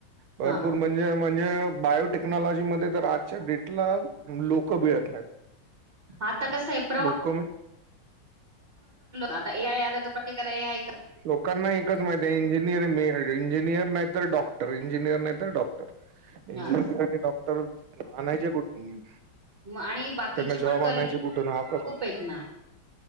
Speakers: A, on the right; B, on the right.
A: भरपूर
B: हा
A: म्हणजे म्हणजे बायोटेक्नॉलॉजी मध्ये तर आजच्या डेटला लोकं मिळत नाहीत.
B: आता कसंय आहे प्रवा
A: लोक
B: आता ए आय आलं तर प्रत्येकाला हे आहे का
A: लोकांना एकच माहित आहे इंजिनियर मेन हाय इंजिनियर नाही तर डॉक्टर इंजिनियर नाही तर डॉक्टर इंजिनिअर
B: हा.
A: आणि डॉक्टर आणायच्या कुठून?
B: मग आणि बाकीचे
A: त्यांना
B: पण
A: जॉब
B: कल
A: आणायचे कुठून हा प्रकार
B: खूप आहेत ना.